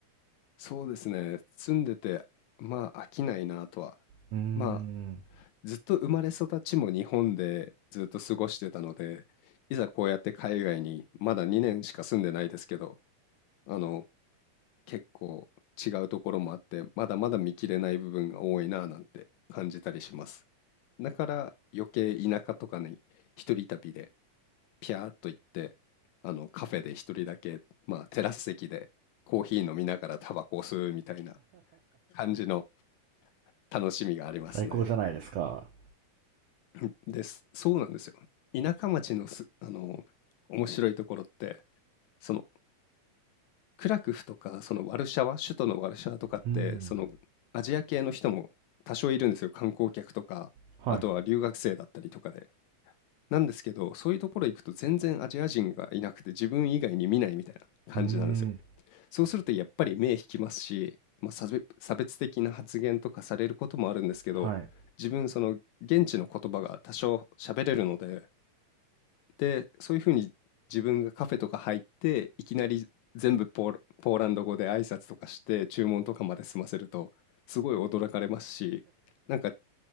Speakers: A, on the left (about 80°); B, on the right (about 85°).
A: そうですね。住んでて、まあ飽きないなとは。
B: うーん。
A: まあずっと生まれ育ちも日本でずっと過ごしてたので、いざこうやって海外にまだ2年しか住んでないですけど、あの結構違うところもあって、まだまだ見切れない部分が多いなぁなんて感じたりします。だから余計田舎とかに一人旅でピャーっと行って、あのカフェで一人だけ、まあテラス席でコーヒー飲みながらタバコを吸うみたいな感じの楽しみがありますね。
B: 最高じゃないですか。
A: <laughs> です。そうなんですよ。田舎町のす、あの、面白いところって、そのクラクフとか、そのワルシャワ、首都のワルシャワとかって、
B: うん。
A: そのアジア系の人も多少いるんですよ。観光客とか、
B: はい。
A: あとは留学生だったりとかで。なんですけど、そういうところ行くと全然アジア人がいなくて自分以外に見ないみたいな感じなんですよ。
B: うーん。
A: そうするとやっぱり目引きますし、まあ、差別差別的な発言とかされることもあるんですけど、
B: はい。
A: 自分その現地の言葉が多少喋れるので、で、そういうふうに自分がカフェとか入っていきなり全部ポーラ、ポーランド語で挨拶とかして注文とかまで済ませるとすごい驚かれますし、なんか